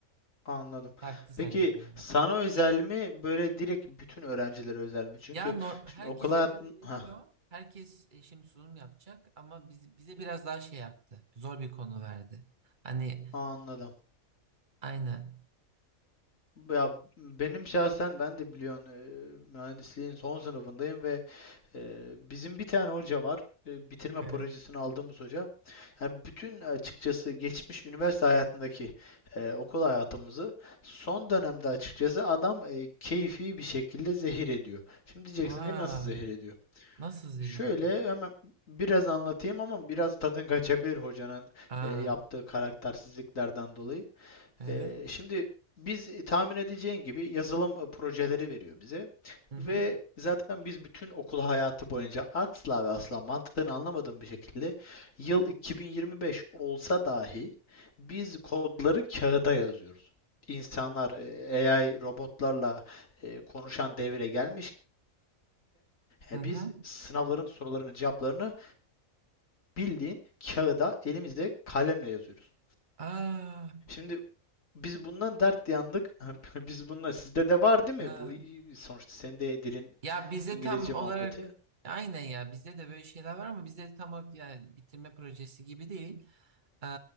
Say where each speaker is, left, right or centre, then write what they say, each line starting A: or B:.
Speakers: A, on the left; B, on the right.
A: Anladım.
B: Baktı sanki
A: Peki
B: bize.
A: sana özel mi böyle direkt bütün öğrencilere özel mi? Çünkü
B: Ya nor-
A: şimdi
B: herkese
A: okul hayatın
B: göre veriyor.
A: ha
B: Herkes e, şimdi sunum yapacak ama biz, bize biraz daha şey yaptı. Zor bir konu verdi. Hani
A: anladım.
B: aynen.
A: Ya benim şahsen ben de biliyorsun e, mühendisliğin son sınıfındayım ve Ee, bizim bir tane hoca var. Ee, bitirme
B: Ee,
A: projesini aldığımız hoca. Yani bütün açıkçası geçmiş üniversite hayatındaki e, okul hayatımızı son dönemde açıkçası adam e, keyfi bir şekilde zehir ediyor. Şimdi diyeceksin
B: Aa,
A: ki nasıl zehir ediyor?
B: nasıl zehir
A: Şöyle
B: ediyor?
A: hemen biraz anlatayım ama biraz tadın kaçabilir hocanın
B: Aa,
A: e, yaptığı karaktersizliklerden dolayı.
B: hı hı,
A: Ee, şimdi biz e, tahmin edeceğin gibi yazılım e, projeleri veriyor bize
B: hı hı,
A: ve zaten biz bütün okul hayatı boyunca asla ve asla mantığını anlamadığım bir şekilde yıl 2025 olsa dahi biz kodları kağıda yazıyoruz. İnsanlar e, AI robotlarla e, konuşan devre gelmişken e,
B: hı hı.
A: biz sınavların sorularının cevaplarını bildiğin kağıda elimizde kalemle yazıyoruz.
B: Aa,
A: Şimdi biz bundan dert yandık. <laughs> Biz bununla sizde de var değil mi
B: ha.
A: bu? Sonuçta senin de dilin
B: Ya bizde
A: İngilizce
B: tam
A: muhabbeti.
B: olarak aynen ya bizde de böyle şeyler var ama bizde tam olarak yani bitirme projesi gibi değil. Eee,